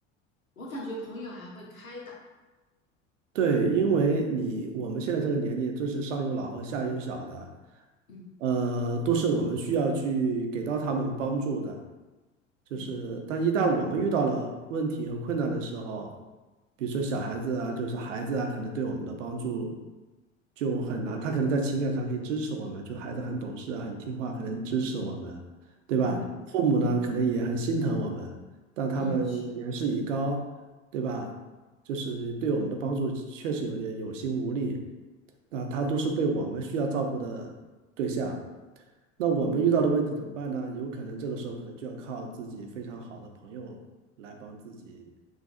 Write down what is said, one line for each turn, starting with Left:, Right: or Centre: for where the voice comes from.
Left: 我感觉朋友还会开导，
Right: 对，因为你我们现在这个年龄，真是上有老和下有小的，
Left: 嗯
Right: 呃，都是我们需要去给到他们帮助的。就是，
Left: 嗯
Right: 但一旦我们遇到了问题和困难的时候，比如说小孩子啊，就是孩子啊，可能对我们的帮助就很难。他可能在情感上可以支持我们，就孩子很懂事啊，很听话，可能支持我们，对吧？
Left: 嗯嗯，
Right: 父母呢，可能也很心疼我们，但他们年事已高，
Left: 嗯是
Right: 对吧？就是对我们的帮助确实有点有心无力。那他都是被我们需要照顾的对象，那我们遇到的问题怎么办呢？有可能这个时候可能就要靠自己非常好的朋友来帮自己，